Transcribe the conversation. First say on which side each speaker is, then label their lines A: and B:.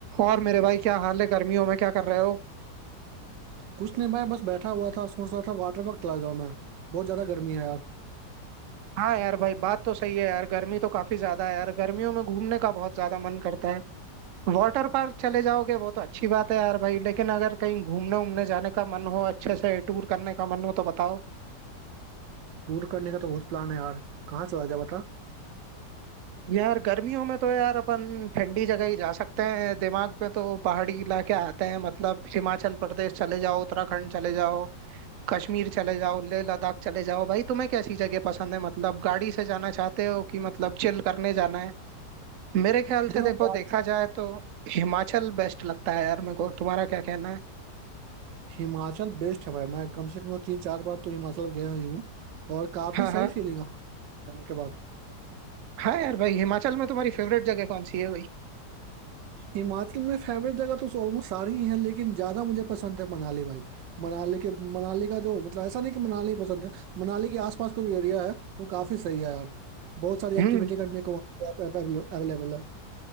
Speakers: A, on the right; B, on the right.
A: और मेरे भाई क्या हाल है गर्मियों में क्या कर रहे हो
B: कुछ नहीं भाई बस बैठा हुआ था सोच रहा था वाटर पार्क चला जाऊं मैं बहुत ज्यादा गर्मी है यार
A: हाँ यार भाई बात तो सही है यार गर्मी तो काफी ज्यादा है यार गर्मियों में घूमने का बहुत ज्यादा मन करता है वाटर पार्क चले जाओगे वो तो अच्छी बात है यार भाई लेकिन अगर कहीं घूमने उमने जाने का मन हो अच्छे से टूर करने का मन हो तो बताओ
B: टूर करने का तो बहुत प्लान है यार कहाँ चला जाए बता
A: यार गर्मियों में तो यार अपन ठंडी जगह ही जा सकते हैं दिमाग में तो पहाड़ी इलाके आते हैं मतलब हिमाचल प्रदेश चले जाओ उत्तराखंड चले जाओ कश्मीर चले जाओ लेह लद्दाख चले जाओ भाई तुम्हें कैसी जगह पसंद है मतलब गाड़ी से जाना चाहते हो कि मतलब चिल करने जाना है मेरे ख्याल
B: देखो
A: से देखो
B: गाइस,
A: देखा जाए तो हिमाचल बेस्ट लगता है यार मेरे को तुम्हारा क्या कहना है
B: हिमाचल बेस्ट है भाई मैं कम से कम तो तीन चार बार तो हिमाचल गया ही हूँ और काफी
A: हाँ
B: सही
A: हाँ
B: फीलिंग आती है जाने के बाद
A: हाँ यार भाई हिमाचल में तुम्हारी फेवरेट जगह कौन सी है भाई
B: हिमाचल में फेवरेट जगह तो ऑलमोस्ट सारी ही है लेकिन ज्यादा मुझे पसंद है मनाली भाई मनाली के मनाली का जो मतलब ऐसा नहीं कि मनाली ही पसंद है मनाली के आसपास का जो एरिया है वो काफी सही है यार बहुत सारी
A: हम्म
B: एक्टिविटी करने को अवेलेबल है